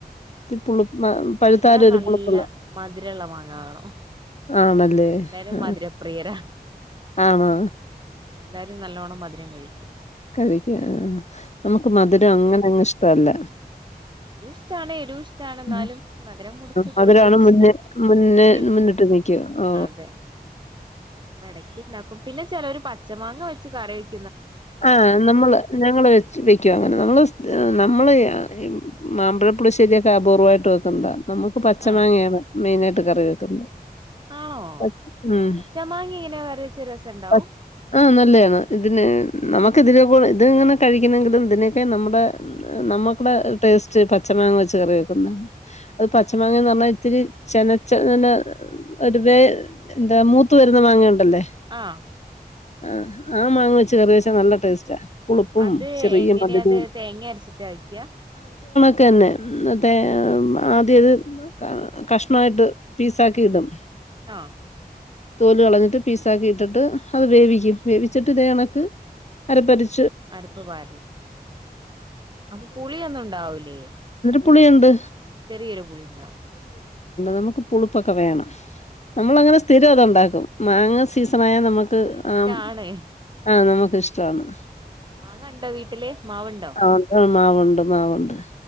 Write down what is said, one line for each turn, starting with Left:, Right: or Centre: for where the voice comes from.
Left: ഇത്തിരി
Right: ആഹ്
Left: പുളി പഴുത്താലും
Right: ഇവിടെ
Left: ഒരു
Right: നല്ല
Left: പുളിപ്പുള്ള
Right: മധുരള്ള മാങ്ങ വേണം
Left: ആണല്ലേ?
Right: എല്ലാരും
Left: ആ,
Right: മധുരപ്രിയരാ
Left: ആണോ?
Right: എല്ലാരും നല്ലോണം മധുരം കഴിക് ക്കും
Left: കഴിക്കും ആ നമ്മക്ക് മധുരം അങ്ങനങ്ങ് ഇഷ്ട്ടല്ല
Right: ആഹ് മധുരവും ഇഷ്ടാണ് എരിവും ഇഷ്ടാണ് എന്നാലും
Left: ഉം
Right: മധുരം കുറച്ച്
Left: മധുരാണ്
Right: കൂടുതൽ ഇഷ്ടാണ്
Left: മുന്നേ മുന്നേ
Right: മുന്നിൽ
Left: മുന്നിട്ട്
Right: ആഹ്
Left: നിക്കും ആ
Right: അതെ അപ്പൊ എടക്കിണ്ടാക്കും പിന്നെ ചെലോര് പച്ച മാങ്ങ വെച്ച് കറി വെക്
Left: ആഹ് നമ്മള് ഞ്ഞങ്ങള് വെച്ച് വെക്കും അങ്ങനെ നമ്മള് സ് നമ്മള് യാ ഈമാമ്പഴ പുളിശ്ശേര്യൊക്കെ അപൂർവായിട്ട് വെക്കുന്നതാ നമ്മുക്ക് പച്ച
Right: ആഹ്
Left: മാങ്ങയാണ് മെയിനായി ട്ട് കറി വെക്കുന്നത്
Right: ആണോ
Left: പച് ഉം
Right: പച്ചമാങ്ങ എങ്ങനെ കറി വെച്ച രസണ്ടാവും
Left: പ ആ നല്ലയാണ് ഇതിന് നമ്മുക്ക് ഇതിലെ പോലെ ഇത് ഇങ്ങനെ കഴിക്കുന്നെങ്കിലും ഇതിനെയൊക്കെ നമ്മടെ നമ്മക്ക്ടെ ടേസ്റ്റ് പച്ച മാങ്ങ വെച്ച് കറി വെക്കുന്നതാ അത് പച്ച മാങ്ങാന്നു പറഞ്ഞ ഇത്തിരി ചെനച്ചതിന്റെ <unintelligible> ഒരു വേ എന്താ മൂത്ത് വരുന്ന മാങ്ങാ ഉണ്ട് അല്ലേ
Right: ആഹ്
Left: ആ ആ മാങ്ങ വെച്ച് കറി വെച് ച്ചാ നല്ല ടേസ്റ്റാ പുളിപ്പും
Right: അത്
Left: ചെറിയ
Right: എങ്ങനാ
Left: മധുരവും
Right: അത് തേങ്ങ അരച്ചിട്ട വെക്കാ
Left: ന്നെ ഉം തേ ആദ്യം ഇത് ക കഷണായിട്ട് പീസാക്കിയിടും
Right: ആ
Left: തോല് കളഞ്ഞിട്ട് പീസാക്കി ഇട്ടിട്ട് അത് വേവിക്കും വേവിച്ചിട്ട് ഇതേ കണക്ക് അരപ്പരച്
Right: അരപ്പ് വാടി അപ്പൊ പുള്യോന്നും ഉണ്ടാവില്ലേ
Left: പുളി ഒണ്ട്
Right: ചെറിയൊരു പുളിണ്ടാവും ഉം
Left: നമുക്ക് പുളിപ്പൊക്കെ വേണം ഞമ്മളങ്ങനെ സ്ഥിരം അതാ ഇണ്ട ണ്ടാക്കും മാങ്ങാ സീസൺ സനായ നമ്മക്ക്
Right: ഇഷ്ടാണ്
Left: ആം ആ നമ്മക്ക്ഷ് ഷ്ടാണ്
Right: മാങ്ങാണ്ടാ വ്ട്ട്ല് മാവുണ്ടൊ
Left: ആഹ് മാവുണ്ട് മാവുണ്ട്